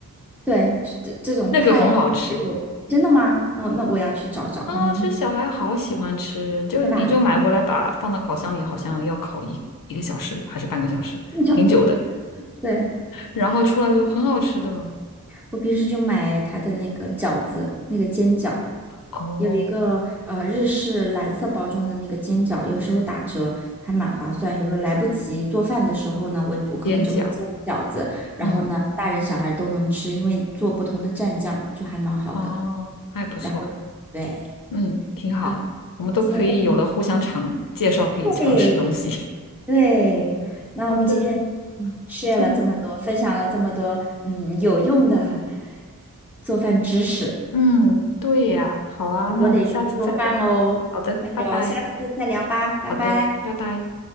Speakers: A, in the centre; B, on the left.
A: 对，这这这种派啊这种，
B: <laughs> 那个很好吃，
A: 真的吗？那那我要去找找，
B: 很好吃，
A: 我明天
B: 小孩好喜欢吃。就你就买回来把放到烤箱里，
A: 是吧？
B: 好像要烤一一个小时还是半个小时，
A: 那种，
B: 挺久的。
A: 对，
B: 然后出来就很好吃的。
A: 我平时就买它的那个饺子，那个煎饺。
B: 哦，
A: 有一个呃日式蓝色包装的那个煎饺，有时候打折还蛮划算。有时候来不及做饭的时候呢，我我可能就会煎个饺子，
B: 煎饺，
A: 然后呢，
B: 嗯，
A: 大人小孩都能吃，因为做不同的蘸酱就还蛮好的。
B: 哦，还不错，
A: 然后对，
B: 嗯，挺好，
A: 好，
B: 我们都可以有了互相尝介绍可以尝试的东西。
A: 今天跟你对对，
B: <laughs>
A: 那我们今天嗯
B: 好的，
A: share
B: 先，
A: 了这么多，分享了这么多嗯有用的做饭知识，
B: 嗯，对呀，好啊，
A: 那我得去做饭喽，
B: 那我们下次再聊。好的，
A: 那就下次再聊吧，
B: 拜拜。
A: 拜拜。
B: 好的，拜拜。